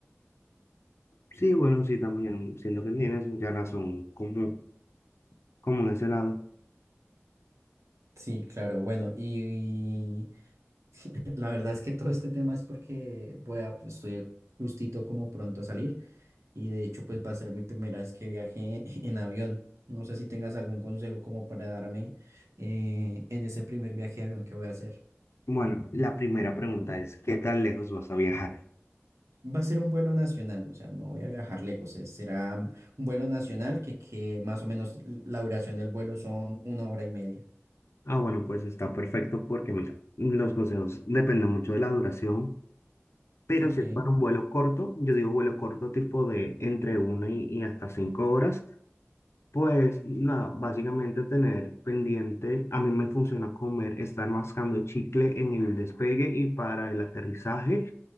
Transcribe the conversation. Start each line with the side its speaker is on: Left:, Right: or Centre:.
Left: Sí, bueno, sí, también siento que tienes mucha razón como, como en ese lado.
Right: Sí, claro, bueno, y La verdad es que todo este tema es porque voy a, pues estoy justito como pronto a salir y de hecho pues va a ser mi primera vez que viaje <laughs> en avión. No sé si tengas algún consejo como para darme eh, en ese primer viaje de avión que voy a hacer.
Left: Bueno, la primera pregunta es, ¿qué tan lejos vas a viajar?
Right: Va a ser un vuelo nacional, o sea, no voy a viajar lejos, eh, será un vuelo nacional que, que más o menos la duración del vuelo son una hora y media.
Left: Ah, bueno, pues está perfecto porque mira, los consejos dependen mucho de la duración, pero
Right: Ok.
Left: si es para un vuelo corto, yo digo vuelo corto tipo de entre una y y hasta cinco horas. Pues nada, básicamente tener pendiente, a mí me funciona comer, estar mascando chicle en el despegue y para el aterrizaje,